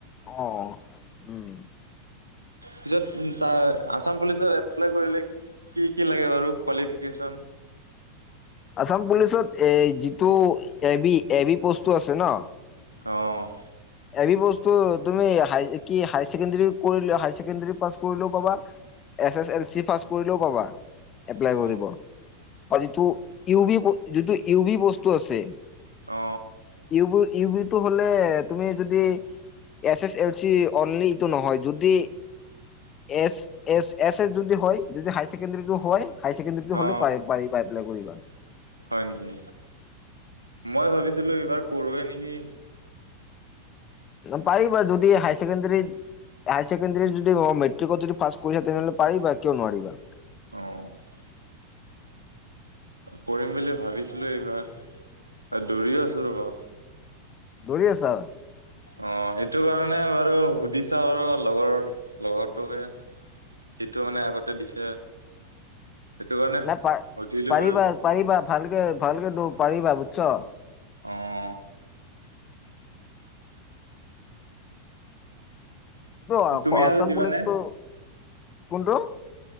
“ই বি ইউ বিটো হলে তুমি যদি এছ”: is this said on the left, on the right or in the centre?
Left